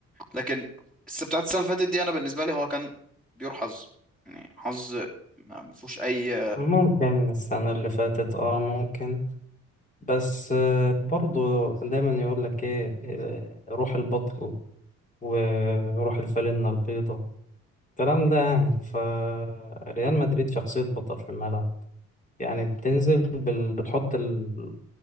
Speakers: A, in the centre; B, on the left.
A: لكن الس- بتاعت السنه اللي فاتت دي انا بالنسبه لي هو كان بيور حظ يعني حظ ما ما فيهوش اي
B: ممكن السنة اللي فاتت اه ممكن بس آه، برضو دايما يقول لك ايه آه، روح البطل وروح الفالنة البيضة الكلام ده يعني فريال مدريد شخصية بطل في الملعب يعني بتنزل بال... بتحط ال-